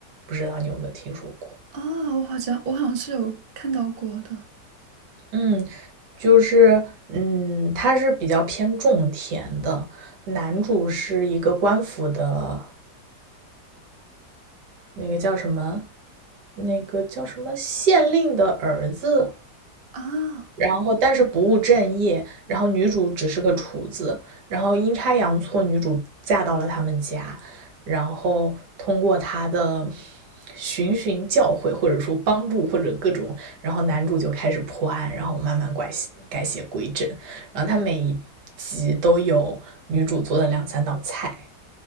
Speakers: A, on the right; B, on the right.
A: 不知道你有没有听说过？
B: 啊。我好像，我好像是有看到过的
A: 嗯，就是嗯，它是比较偏种田的，男主是一个官府的那个叫什么，那个叫什么县令的儿子，
B: 啊，
A: 然后但是不务正业，然后女主只是个厨子，然后阴差阳错，女主嫁到了他们家，然后通过她的循循教诲，或者说帮助，或者各种，然后男主就开始破案，然后慢慢改邪改邪归正，然后他每一集都有女主做的两三道菜，